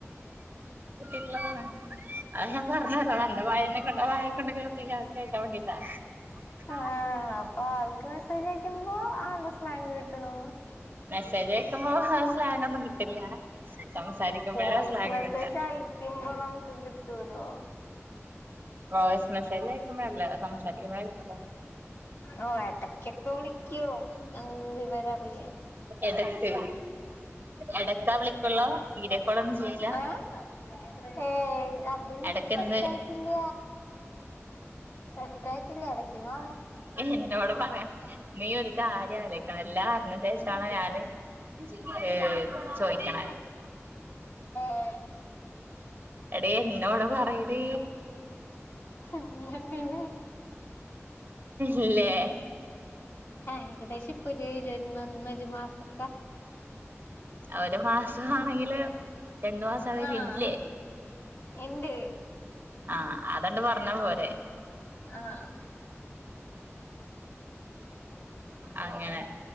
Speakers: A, on the right; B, on the left.
A: റ്റ്ലപാറെ അഹ് ഞാൻ പറഞ്ഞെരാ എന്റെ വായനെ കൊണ്ട് വായെക്കൊണ്ട് കേ <unintelligible>
B: ആ അപ്പൊ ആൾക്ക് മെസ്സേജയക്കുമ്പോ ആ മാങ്ങ ക് ട്ടണോ
A: മെസേജയ ക്കുമ്പോ സ്ലാങ്ങൊന്നും കിട്ടില്ല സംസാരിക്കുമ്പോഴാണ്
B: വോയിസ്
A: സ്ലാങ്
B: മെസ്സേജ്
A: കിട്ടാ
B: അയക്കുമ്പോ നമുക്ക് ക് തുരോ
A: വോയിസ്‌ മെസ്സേജയക്കുമ്പോഴല്ല സംസാരിക്കുമ്പോഴ കിട്ടൊള്ളു.
B: ഓ എടക്കൊക്കെ വിളിക്കും എൻ വിവരറിയാം
A: എടക്ക് എടക്കാ വിളിക്കുള്ളൂ വീഡിയോ കോളൊന്നും ചെയ്യില്ല
B: ആഹ് ഏഹ് അത് ന്നും
A: എടക്കെന്ത്
B: സെറ്റായിട്ടില്ല സെറ്റായിട്ടില്ല എടക്കിനോ
A: ഇന്നോട് പറയാം നീ ഒരു കാര്യാലോയ്ക്കണം എല്ലാം അർഞ്ഞേന്റെഷാണ് ഞാന് ഏ ചോയ്ക്ക്ണെ
B: ആ
A: എടെ എന്നോട് പറയെടെ
B: ണ്ട്
A: ഇല്ലെ
B: ആ ഏകദേശം ഇപ്പൊ ഒരു ഒന്നൊന്ന ഒരു മാസം
A: ഒരു മാസമാണെങ്കില് രണ്ടു മാസം അതിലില്ലേ
B: ആഹ് ഇണ്ട്
A: ആഹ അതണ്ട് പറഞ്ഞാ പോരെ
B: ആഹ്
A: അങ്ങനെ